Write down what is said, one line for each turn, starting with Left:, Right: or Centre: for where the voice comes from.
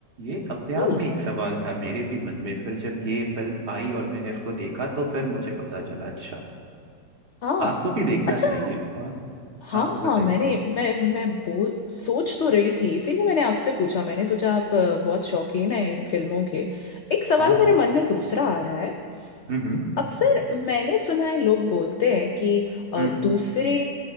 Right: ये अपने
Left: हम्म
Right: आप में एक सवाल था मेरे भी मन में फिर जब ये फिल्म आई और मैंने इसको देखा तो फिर मुझे पता चला अच्छा
Left: हाँ
Right: आपको भी देखना
Left: अच्छा,
Right: चाहिए और
Left: हाँ
Right: हाँ बताइए
Left: हाँ मैंने मैं मैं बो सोच तो रही थी इसीलिए मैंने आपसे पूछा मैंने सोचा आप अ, बहुत शौकीन हैं इन फिल्मों के एक सवाल
Right: हाँ हाँ
Left: मेरे मन में दूसरा आ रहा है
Right: हम्म हम्म
Left: अक्सर मैंने सुना है लोग बोलते हैं कि अ,
Right: हम्म
Left: दूसरे